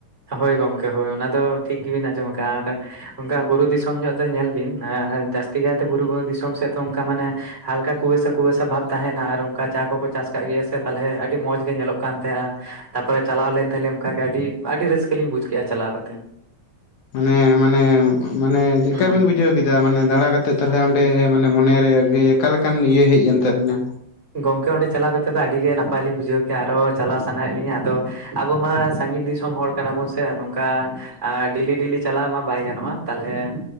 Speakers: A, on the right; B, on the left.
A: ᱦᱳᱭ ᱜᱚᱝᱠᱮ ᱦᱳᱭ ᱚᱱᱟ ᱫᱚ ᱴᱷᱤᱠ ᱜᱮᱵᱤᱱ ᱟᱸᱡᱚᱢ ᱟᱠᱟᱜ-ᱟ ᱟᱨ ᱚᱱᱠᱟ ᱵᱩᱨᱩ ᱫᱤᱥᱚᱢ ᱧᱚᱜ ᱫᱚ ᱧᱮᱞ ᱵᱤᱱ ᱟᱨ ᱡᱟᱹᱥᱛᱤ ᱠᱟᱭᱛᱮ ᱵᱩᱨᱩ ᱵᱩᱨᱩ ᱫᱤᱥᱚᱢ ᱥᱮᱫ ᱛᱚ ᱚᱱᱠᱟ ᱢᱟᱱᱮ ᱦᱟᱞᱠᱟ ᱠᱩᱣᱟᱹᱥᱟ ᱠᱩᱣᱟᱹᱥᱟ ᱵᱷᱟᱵ ᱛᱟᱦᱮᱱᱟ ᱟᱨ ᱚᱱᱠᱟ ᱪᱟ ᱠᱚᱠᱚ ᱪᱟᱥ ᱠᱟᱜ ᱜᱮᱭᱟ ᱥᱮ ᱛᱟᱞᱦᱮ ᱟᱹᱰᱤ ᱢᱚᱸᱡᱽ ᱜᱮ ᱧᱮᱞᱚᱜ ᱠᱟᱱ ᱛᱟᱦᱮᱸ-ᱟ᱾ ᱛᱟᱯᱚᱨᱮ ᱪᱟᱞᱟᱣ ᱞᱮᱱ ᱛᱟᱦᱮᱫ ᱞᱤᱧ ᱚᱱᱠᱟ ᱜᱮ ᱟᱹᱰᱤ ᱟᱹᱰᱤ ᱨᱟᱹᱥᱠᱟᱹ ᱞᱤᱧ ᱵᱩᱡᱽ ᱠᱮᱫ-ᱟ ᱪᱟᱞᱟᱣ ᱠᱟᱛᱮ᱾
B: ᱢᱟᱱᱮ ᱢᱟᱱᱮ ᱢᱟᱱᱮ ᱪᱮᱫᱠᱟ
A: ᱦᱩᱸ
B: ᱵᱤᱱ ᱵᱩᱡᱷᱟᱹᱣ ᱠᱮᱫᱟ ᱢᱟᱱᱮ ᱫᱟᱬᱟᱸ ᱠᱟᱛᱮᱫ ᱛᱟᱞᱦᱮ ᱚᱸᱱ ᱰᱮ ᱢᱟᱱᱮ ᱢᱚᱱᱮ ᱨᱮ ᱟᱨᱠᱤ ᱚᱠᱟ ᱞᱮᱠᱟᱱ ᱤᱭᱟᱹ ᱦᱮᱡ ᱮᱱ ᱛᱟᱵᱤᱱᱟ?
A: ᱜᱚᱝᱠᱮ ᱚᱸᱰᱮ ᱪᱟᱞᱟᱣ ᱠᱟᱛᱮᱫ ᱫᱚ ᱟᱹᱰᱤ ᱜᱮ ᱱᱟᱯᱟᱭ ᱞᱤᱧ ᱵᱩᱡᱷᱟᱹᱣ ᱠᱮᱫ-ᱟ ᱟᱨᱚ ᱪᱟᱞᱟᱣ ᱥᱟᱱᱟᱭᱮᱫ ᱞᱤᱧᱟ ᱟᱫᱚ ᱟᱵᱚ ᱢᱟ ᱥᱟᱺᱜᱤᱧ ᱫᱤᱥᱚᱢ ᱦᱚᱲ᱾ ᱠᱟᱱᱟ ᱵᱚᱱ ᱥᱮ ᱱᱚᱝᱠᱟ ᱰᱮᱞᱤ ᱰᱮᱞᱤ ᱪᱟᱞᱟᱣ ᱢᱟ ᱵᱟᱭ ᱜᱟᱱᱚᱜᱼᱟ ᱛᱟᱦᱚᱞᱮ